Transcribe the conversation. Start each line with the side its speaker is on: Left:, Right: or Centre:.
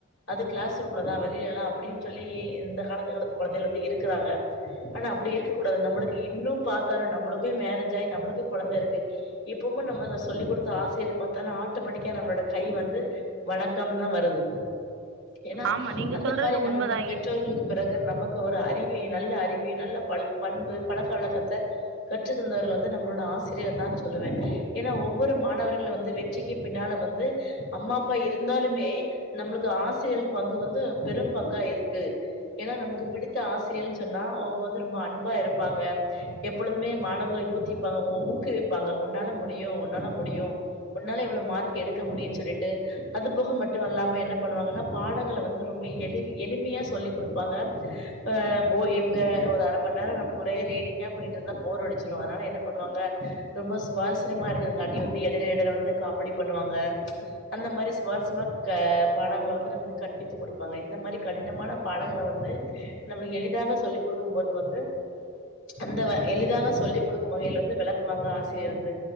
Left: அது க்ளாஸ் ரூம்ல தா வெளியலா அப்புடின் சொல்லி இந்த காலத்துல கொழந்தைகள் வந்து இருக்குறாங்க ஆனா அப்டி இருக்ககூடாது நம்மளுக்கு இன்னும் பாத்தாலு நம்மளுக்குமே மேரேஜ் ஆய் நம்மளு கொழந்த இருக்கு இப்பவும் நம்ம த சொல்லிக் குடுத்த ஆசிரியர பாத்தான்னா ஆட்டோமேட்டிக்கா நம்மளோட கை வந்து வணக்கம் தா வருது ஏனா
Right: ஆமா நீங்க
Left: அந்த
Right: சொல்றது
Left: மாரி நம்மளுக்கு
Right: உண்மைதான்
Left: பெற்றோர்களுக்கு
Right: ஏ
Left: பிறகு நமக்கு ஒரு அறி வே நல்ல அறிவு நல்ல பல் பண்பு பழக்க வழக்கத்த கற்று தந்தவர்கள் வந்து நம்மளோட ஆச சிரியர் தான் சொல்லுவே ஏனா ஒவ்வொரு மாணவர்களு வந்து வெற்றிக்கு பின்னால வந்து அம்மா அப்பா இருந்தாலுமே நம்மளுக்கு ஆசிரியல் பங்கு வந்து பெரும் பங்கா இருக்கு ஏனா நமக்கு பிடித்த ஆசிரியர்னு சொன்னா அவுங்க வந்து ரொம்ப அன்பா இருப்பாங்க எப்பொழுதுமே மாணவர்கள ஊத்திப்பாங்க ஒவ் க்குவிப்பாங்க உன்னால முடியு உன்னால முடியு உன்னால இவ்வளோ மார்க் எடுக்க முடியுன் சொல்லிட்டு அது போக மட்டு அல்லாம என்ன பண்ணுவாங்க பாடங்கள வந்து ரொம்ப எளி எளிமையா சொல்லி் குடுப்பாங்க ஆ போ இவுங்க ஒரு அர மணி நேர நமக்கு ஒரே ரீடிங்கா பண்ணிட்ருந்தா போர் அடிச்சிரு அதனால என்ன பண்ணுவாங்க ரொம்ப சுவாரசியமா இருக்கதுக்காண்டி வந்து எடைல எடைல வந்து காமெடி பண்ணுவாங்க அந்த மாரி ஸ்வாரஸ்யமா க பாடங்கள வந்து நம்ம கற்பித்து குடுப்பாங்க இந்த மாரி கடினமான பாடங்கள வந்து நம்மளுக்கு எளிதாக சொல்லிக் கொடுக்கும் போது வந்து அந்த எளிதாக சொல்லிக் கொடுக்கும் வகைல வந்து விள க்குவாங்க ஆசரியர் வந்து